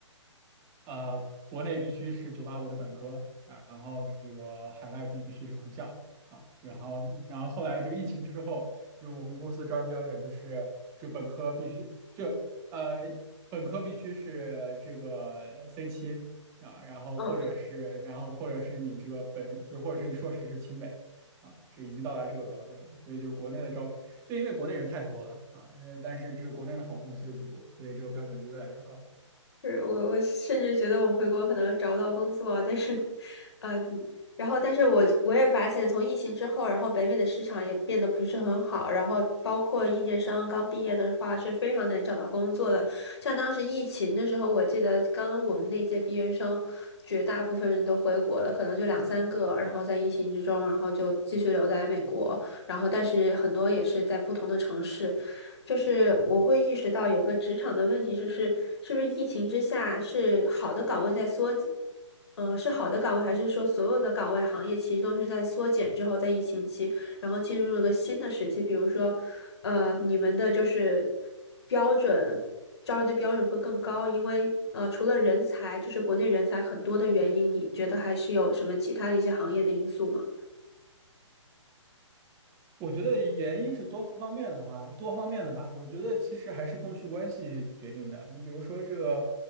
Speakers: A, on the right; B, on the left.
A: 呃，国内必须是九八五的本科，然然后这个海外必须是藤校啊，然后然后后来这个疫情之后，就我们公司招人标准就是就本科必须就呃本科必须是这个 C 七啊，然后或者是然后或者是你这个本就或者是你硕士是清北。
B: <laughs>
A: 啊，这已经到达这个标准了，所以就是国内的招聘，就因为国内人太多了啊，呃但是这个国内的好公司又不多，所以这个标准就越来越高。
B: 是我，我甚至觉得我回国可能找不到工作啊，但是，呃，然后，但是我我也发现，从疫情之后，然后北美的市场也变得不是很好，然后包括应届生刚毕业的话是非常难找到工作的。像当时疫情的时候，我记得刚我们那届毕业生，绝大部分人都回国了，可能就两三个，然后在疫情之中，然后就继续留在美国，然后但是很多也是在不同的城市。就是我会意识到有个职场的问题，就是是不是疫情之下是好的岗位在缩减，嗯，是好的岗位，还是说所有的岗位行业其实都是在缩减之后，在疫情期，然后进入了个新的时期？比如说，呃，你们的就是标准，招人的标准会更高，因为呃，除了人才，就是国内人才很多的原因，你觉得还是有什么其他的一些行业的因素吗？
A: 我觉得原因是多方面的话，多方面的吧。我觉得其实还是供需关系决定的。你比如说这个，